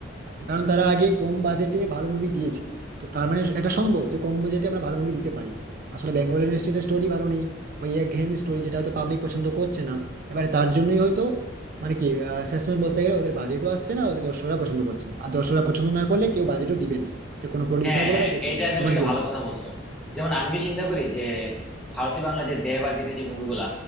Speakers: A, on the right (about 50°); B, in the centre.
A: আর কারণ তারা আগে কম বাজেটে ভালো মুভি দিয়েছে তো তার মানে এটা সম্ভব যে কম বাজেটে আমরা ভালো মুভি দিতে পারি আসলে বেঙ্গল ইন্ডাস্ট্রিতে স্টোরি ভালো নেই ওই একঘেয়েমি স্টোরি যেটা হয়তো পাবলিক পছন্দ করছে না এবারে তার জন্যই হয়তো মানে কি আহ, শেষমেশ বলতে গেলে ওদের বাজেটও আসছে না ওদের দর্শকরা পছন্দ করছে না আর দর্শকরা পছন্দ না করলে কেউ বাজেটও দিবে না যে কোনো প্রডিউসার
B: হ্যাঁ
A: বলো
B: হ্যাঁ
A: বা যে কেউ
B: এটা
A: বলো
B: তুমি
A: তোমার
B: একটা
A: কি
B: ভালো কথা বলছো যেমন আমি যে চিন্তা করি যে ভারতীয় বাংলা যে দেব আর জিতে যে মুভিগুলা